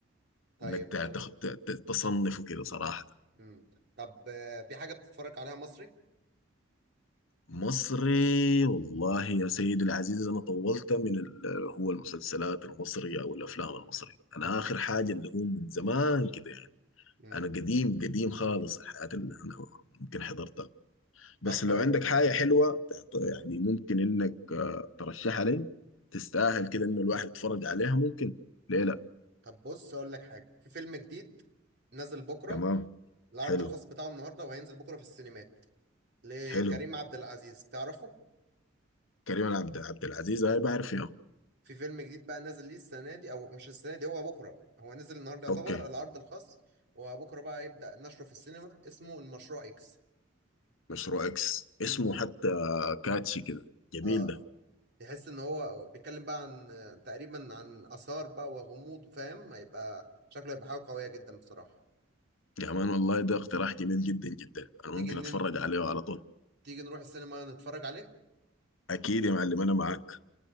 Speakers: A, on the right; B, on the left.
A: طيب
B: انك ت-
A: تمام
B: تخ- ت- ت- تصنفه كده صراحة
A: امم طب آه، في حاجه بتتفرج عليها مصري
B: مصري والله يا سيدي العزيز أنا طولت من ال- هو المسلسلات المصري أو الأفلام المصري أنا آخر حاجة اللي هو من زمان كده يعني
A: امم
B: أنا قديم قديم خالص الحياة اللي أنا ممكن حضرتها بس
A: طب
B: لو عندك حاجة حلوة تعط- يعني ممكن إنك آه، ترشحها لي تستاهل كده إنه الواحد يتفرج عليها ممكن ليه لأ
A: طب بص اقول لك حاجه في فيلم جديد نازل بكره
B: تمام
A: العرض
B: حلو
A: الخاص بتاعه النهارده وهينزل بكره في السينمات لكريم
B: حلو
A: عبد العزيز تعرفه
B: كريم عبد عبد العزيز هاي بعرف يا
A: في فيلم جديد بقى نازل ليه السنه دي او مش السنه دي هو بكره هو نزل النهارده يعتبر
B: أوكي
A: العرض الخاص وبكره بقى يبدا نشره في السينما اسمه المشروع اكس
B: مشروع إكس
A: امم
B: اسمه
A: ب-
B: حتى كاتشي كده جميل
A: اه
B: ده
A: تحس ان هو بيتكلم بقى عن تقريبا عن اثار بقى وغموض فاهم هيبقى شكله هيبقى حاجه قويه جدا بصراحه
B: يا مان والله ده اقتراح جميل جدا جدا انا
A: تيجي
B: ممكن
A: نن...
B: اتفرج عليه على طول
A: تيجي نروح السينما نتفرج عليه
B: اكيد يا معلم انا معاك